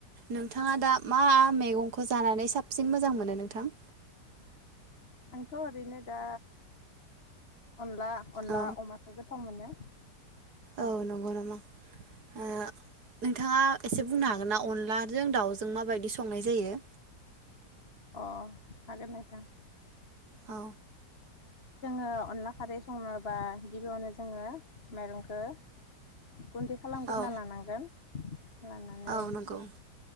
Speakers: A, on the right (about 65°); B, on the left (about 35°).
A: नोंथाङा दा मा मैगंखो जानानै साबसिन मोजां मोनो नोंथां
B: आंथ' ओरैनो दा अनला-अनला
A: औ
B: अमाखो गो थावमोनो
A: औ नंगौ नामा ओ नोंथाङा एसे बुंनो हागोन ना अनलाजों दाउजों माबायदि संनाय जायो
B: अ हागोन नोंथां
A: औ
B: जोङो अनला खारै सङोबा गिबियावनो जोङो माइरंखो गुन्दै खालामग्रोना
A: औ
B: लानांगोन लानानै
A: औ नंगौ